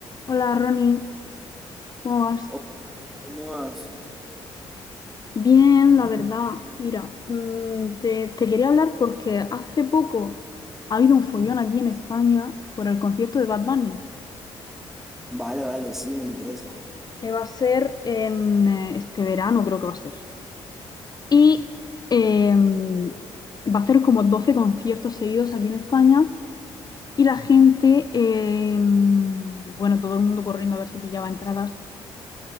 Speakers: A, on the left (about 35°); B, in the centre.
A: Hola Ronnie, ¿cómo vas?
B: Oh, unos-
A: Bien, la verdad. Mira, mm, te, te quería hablar porque hace poco ha habido un follón aquí en España por el concierto de Bad Bunny,
B: Vale, vale, sí, me interesa.
A: que va a ser en eh, este verano, creo que va a ser. Y em, va a hacer como 12 conciertos seguidos aquí en España y la gente, em, bueno, todo el mundo corriendo a ver si pillaba entradas